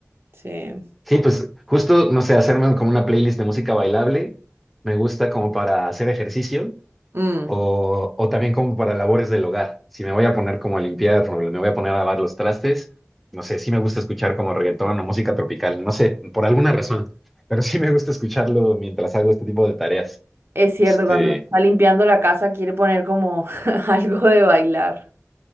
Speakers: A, on the right (about 50°); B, in the centre.
A: sí.
B: Sí, pues justo, no sé, hacerme como una playlist de música bailable, me gusta como para hacer ejercicio
A: Mm,
B: o, o también como para labores del hogar. Si me voy a poner como a limpiar o me voy a poner a lavar los trastes, no sé, sí me gusta escuchar como reggaetón o música tropical, no sé, por alguna razón, pero sí me gusta escucharlo mientras hago este tipo de tareas.
A: es cierto,
B: Este,
A: cuando está limpiando la casa quiere poner como <laughs> algo de bailar.